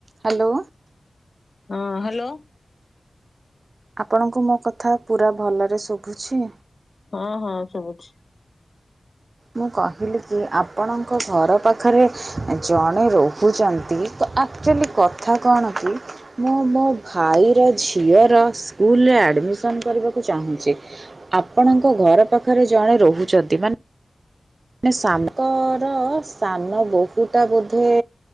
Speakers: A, on the right; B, on the left.
A: ହ୍ୟାଲୋ।
B: ହଁ ହ୍ୟାଲୋ।
A: ଆପଣଙ୍କୁ ମୋ କଥା ପୁରା ଭଲରେ ଶୁଭୁଛି?
B: ହଁ ହଁ ସୁବୁଚି।
A: ମୁଁ କହିଲି କି ଆପଣଙ୍କ ଘର ପାଖରେ ଜଣେ ରହୁଛନ୍ତି ତ ଆକ୍ଚୁଆଲି କଥା କଣ କି ମୁଁ ମୋ ଭାଇର ଝିଅର ସ୍କୁଲରେ ଆଡ଼ମିସନ୍ କରିବାକୁ ଚାହୁଁଛି। ଆପଣଙ୍କ ଘର ପାଖରେ ଜଣେ ରହୁଛନ୍ତି ମାନେ ମାନେ ସାଙ୍କର ସାନ ବହୁଟା ବୋଧେ